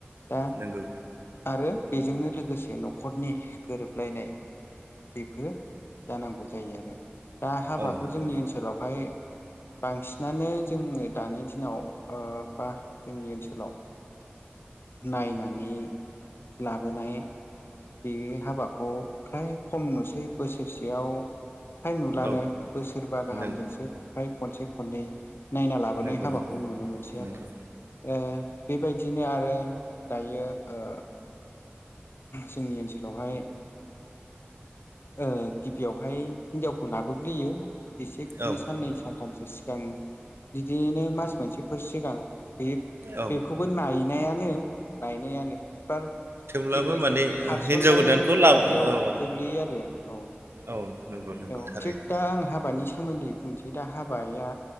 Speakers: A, on the left; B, on the right.
A: दा
B: नोंगौ
A: आरो बेजोंनो लोगोसे न'खरनि गोरोबलायनाय बेफोर जानांगौ जायो आरो दा हाबाखौ
B: औ नंगौ
A: जोंनि ओनसोलावहाय बांसिनानो जोङो दानि दिनाव ओ बा जोंनि ओनसोलाव नायनानै लाबोनाय बे हाबाखौ फ्राय खम नुसै बोसोरसेयाव फ्राय नुलानो
B: औ
A: बोसोरबा गाहामजोंसो
B: नों
A: फ्राय खनसे खननै नायना लाबोनाय
B: नंगौ
A: हाबाखौ नुनो मोनसै
B: नंगौ
A: आरो ओ बेबायदिनो आरो दायो ओ जोंनि ओनसोलावहाय ओ गिबियावहाय हिनजाव खौ लाबोग्रोयो एसे बिदिनो
B: औ
A: साननै सानथामसो सिगां बिदिनो मास मोनसे बेफोर सिगां बे
B: औ
A: बेखौबो नायनायानो नायनायानो एबार
B: थेवब्लाबो
A: बेखौ एसे
B: माने
A: खारसन्नाय
B: हिनजाव गोदानखौ
A: बायदियाव
B: लाबो औ
A: गोग्लैयो आरो औ।
B: औ नंगौ नंगौ
A: औ
B: थारैनो
A: थिग दा आं हाबानि सोमोन्दै बुंनोसै दा हाबाया